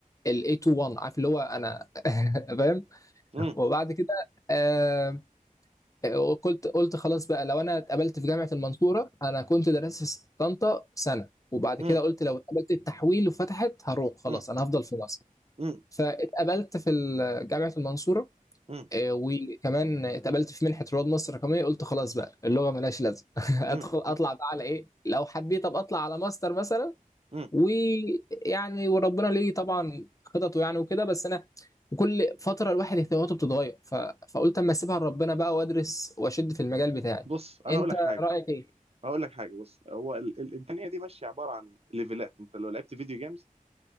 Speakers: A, on the left (about 25°); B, on the right (about 45°).
A: ال A21 عارف اللي هو أنا <laughs> فاهم
B: مم.
A: وبعد كده آه آه، قلت قلت خلاص بقى لو أنا اتقبلت في جامعة المنصورة أنا كنت درست في طنطا سنة وبعد
B: مم.
A: كده قلت لو اتقبلت التحويل وفتحت هروح خلاص
B: مم.
A: أنا هفضل في مصر
B: مم.
A: فاتقبلت في ال- جامعة المنصورة
B: مم.
A: آه، وكمان اتقبلت في منحه رواد مصر الرقميه قلت خلاص بقى اللغه ملهاش لازمه <laughs>
B: مم.
A: ادخل اطلع بقى على ايه لو حبيت ابقى اطلع على ماستر مثلا
B: مم.
A: ويعني وربنا ليه طبعا خططه يعني وكده بس انا وكل فتره الواحد اهتماماته بتتغير ف... فقلت اما اسيبها لربنا بقى وادرس واشد في المجال بتاعي
B: بص انا
A: انت
B: اقول لك حاجه
A: رايك ايه
B: اقول لك حاجه بص هو ال- ال- الدنيا دي ماشيه عباره عن ليفلات انت لو لعبت فيديو جيمز